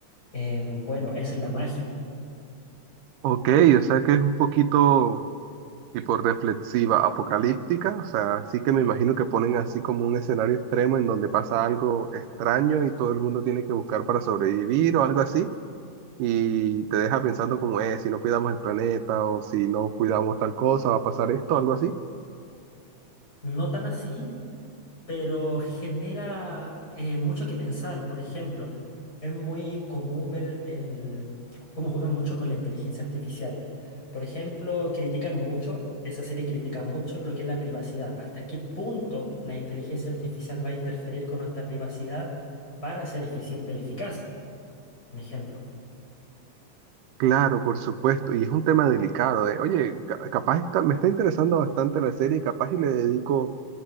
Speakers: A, on the left (about 25°); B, on the right (about 85°).
A: eh, bueno, esa es la magia.
B: Ok, o sea que es un poquito tipo reflexiva, apocalíptica. O sea, sí que me imagino que ponen así como un escenario extremo en donde pasa algo extraño y todo el mundo tiene que buscar para sobrevivir o algo así. y te deja pensando como es, si no cuidamos el planeta o si no cuidamos tal cosa, va a pasar esto, algo así.
A: No tan así, pero genera eh, mucho que pensar. Por ejemplo, es muy común ver el, cómo juegan mucho con la inteligencia artificial. Por ejemplo, critican mucho, esa serie critica mucho lo que es la privacidad. ¿Hasta qué punto la inteligencia artificial va a interferir con nuestra privacidad para ser eficiente y eficaz? Un ejemplo.
B: Claro, por supuesto, y es un tema delicado, eh. Oye, ca- capaz está- me está interesando bastante la serie, capaz y le dedico